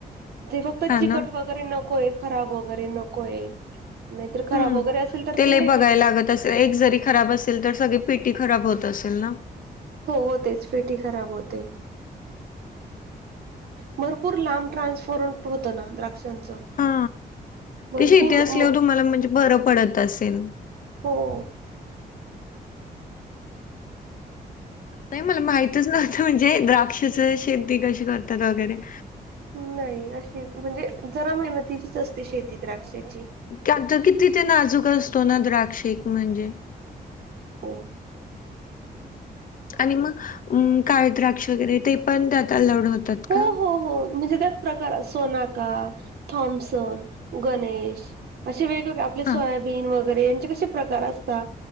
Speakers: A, on the right; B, on the left.
A: ते फक्त
B: हा
A: चिकट
B: ना
A: वगैरे नकोयेत खराब वगैरे नकोय नाहीतर
B: हम्म
A: खराब वगैरे असेल तर
B: ते
A: ते
B: लय
A: नाही
B: बघायला
A: टिकत
B: लागत असेल एक जरी खराब असेल तर सगळी पीटी खराब होत असेल ना
A: हो होतेच पेटी खराब होते भरपूर लांब ट्रान्सफॉरट होत ना द्राक्षांचं
B: हा
A: भरपूर
B: ते शेती असल्यावर
A: म
B: तुम्हाला म्हणजे बरं पडत असेल
A: हो..
B: नाही मला माहितच नव्हतं म्हणजे द्राक्षाच शेती कशी करतात वगैरे
A: नाही अशीच म्हणजे जरा मेहनतीचीच असते शेती द्राक्षाची
B: त्यांच ते किती ते नाजूक असतो ना द्राक्षक म्हणजे
A: हो
B: आणि मग काळ द्राक्ष वगैरे ते पण त्यात अलाउड होतात
A: हो
B: का
A: हो हो म्हणजे त्या प्रकार सोनाका, थॉम्सन गणेश असे वेगवेगळे आपले सोयाबीन
B: हा
A: वगैरे यांचे कसे प्रकार असतात